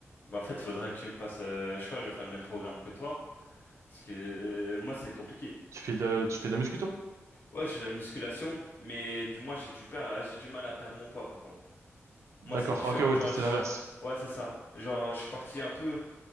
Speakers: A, on the left; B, on the right.
A: Mais en fait, il faudrait que tu me passes. euh, je crois que je vais faire le même programme que toi. Parce que euh, moi, c'est compliqué.
B: tu fais de, tu fais de la muscu, toi?
A: Ouais, je fais la musculation, mais du moins, j'ai du, per- j'ai du mal à perdre mon poids par contre. Moi,
B: D'accord.
A: c'est différent,
B: Ok, ouais,
A: tu
B: toi,
A: vois.
B: c'est
A: je-
B: l'inverse.
A: Ouais, c'est ça. Genre, je suis parti un peu.